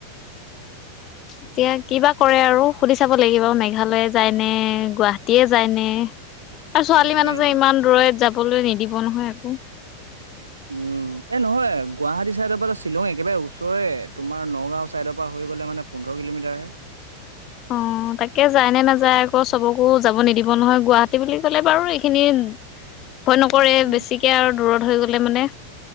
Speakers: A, on the left; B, on the right.
A: এতিয়া কি বা কৰে আৰু, সুধি চাব লাগিব মেঘালয়ে যায় নে, গুৱাহাটীয়ে যায় নে?
B: <inaudible>
A: এ ছোৱালী মানুহ যে,
B: যায়
A: ইমান দূৰৈত যাবলৈ নিদিব নহয় আকৌ।
B: <inaudible> উম, এ নহয়, গুৱাহাটী চাইডৰ পৰা শ্বিলঙ একেবাৰে ওচৰে। তোমাৰ নগাঁও চাইডৰ পৰা হৈ গ'লে মানে পোন্ধৰ কিলো'মিটাৰহে। <inaudible>
A: অ তাকে যায় নে নাযায় আকৌ, চবকো যাব নিদিব নহয়। গুৱাহাটী বুলি কলে বাৰু এইখিনি ভয় নকৰে,
B: অ
A: বেছিকে আৰু দূৰত হৈ গ'লে মানে।